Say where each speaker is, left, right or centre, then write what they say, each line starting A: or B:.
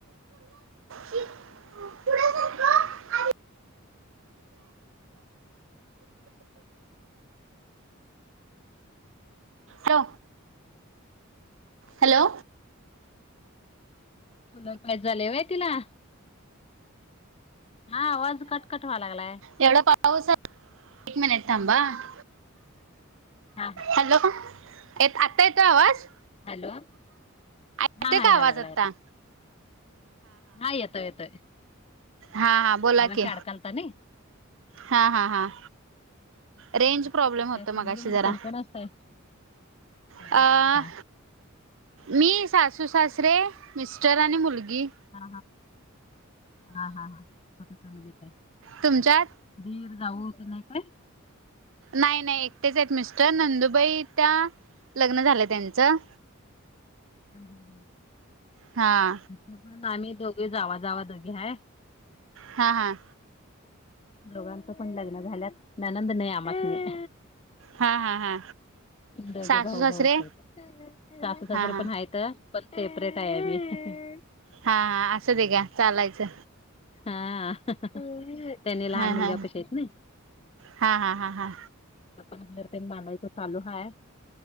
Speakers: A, on the right; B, on the left.
A: <unintelligible> हॅलो, हॅलो.
B: कुलर पायजे झाले वय तिला. हा आवाज कटकट व्हा लागलाय.
A: एवढा पाऊस, एक मिनिट थांबा हं.
B: हा हा.
A: हॅलो. आता येतोय आवाज.
B: हॅलो,
A: येतोय
B: हा हा
A: का
B: या
A: आवाज
B: लागला
A: आत्ता
B: आता. हा येतोय येतोय,
A: हा हा बोला
B: मगाशी
A: की
B: अडकालता नी.
A: हा. हा. हा.
B: आणि
A: रेंज प्रॉब्लेम होतो
B: काय फॅमिली
A: मगाशी
B: मध्ये
A: जरा
B: कोण कोण असताय. हा
A: अ
B: हा हा.
A: मी सासू सासरे मिस्टर आणि मुलगी.
B: हा.. हा, हा.. हा छोटी फॅमिलीच हाय.
A: तुमच्यात
B: दीर जाऊ कोण नाही काय.
A: नाही नाही एकटेच आहेत मिस्टर, नंदुबाई त्या लग्न झालंय त्यांचं.
B: हम हम.
A: हां.
B: पण आम्ही दोघं जावा जावा दोघी हाय.
A: हा हा.
B: दोघांचं पण लग्न झाल्यात. ननंद नाही आमासनी.
A: हा. हा. हा.
B: दोघे
A: सासू
B: भाऊ
A: सासरे
B: भाऊच हायत, सासू सासरे
A: हा हा
B: पण हायत पण सेपरेट आम्ही.
A: हा. हा. असूद्या घ्या चालायचं.
B: हा.. त्यांनी लहान
A: हा
B: मुलग्यापशी
A: हा
B: हायत नी.
A: हा. हा. हा. हा.
B: मग घर तेन बांधायचं चालू हाय.